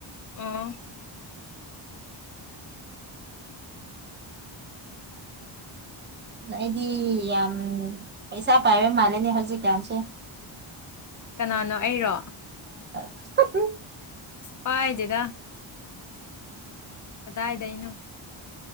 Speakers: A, on the left (about 40°); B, on the right (about 20°).
A: ꯑꯣ
B: ꯑꯩꯗꯤ ꯌꯥꯝ ꯄꯩꯁꯥ ꯄꯥꯏꯕꯩ ꯃꯥꯂꯦꯅꯦ ꯍꯧꯖꯤꯛꯀꯥꯟꯁꯦ
A: ꯀꯅꯥꯅꯣ ꯑꯩꯔꯣ?
B: <unintelligible>
A: ꯄꯥꯏꯗꯦꯗꯥ ꯀꯗꯥꯏꯗ ꯑꯩꯅꯣ